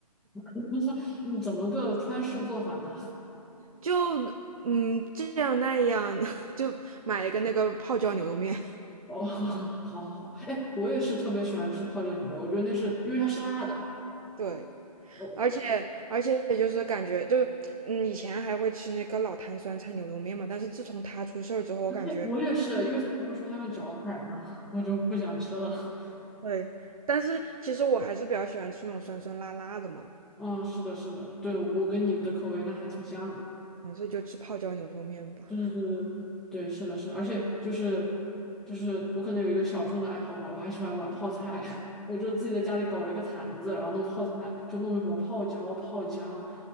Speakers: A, in the centre; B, on the right (about 60°).
A: <laughs> 你怎么个川式做法呢？
B: 就嗯这样那样，<laughs> 就买一个那个泡椒牛肉面，
A: 哦，<laughs> 好好好，哎，我也是特别喜欢吃泡椒牛肉，我觉得那是因为它是辣的。
B: 对。
A: 哦，
B: 而且而且就是感觉就是，嗯，以前还会吃那个老坛酸菜牛肉面嘛，但是自从他出事儿之后，我感觉
A: 哎，我也是，因为他不是说他们搅海吗？<laughs> 我就不想吃了。<laughs>
B: 对，但是其实我还是比较喜欢吃那种酸酸辣辣的嘛，
A: 嗯，是的，是的，对，我跟你的口味那还挺像的。
B: 嗯所以就吃泡椒牛肉面吧。
A: 对对对，对，是的，是的，而且就是就是我可能有一个小众的爱好吧，我还喜欢玩泡菜，<laughs> 我就自己在家里搞了一个坛子，然后弄泡菜，就弄什么泡椒、泡姜，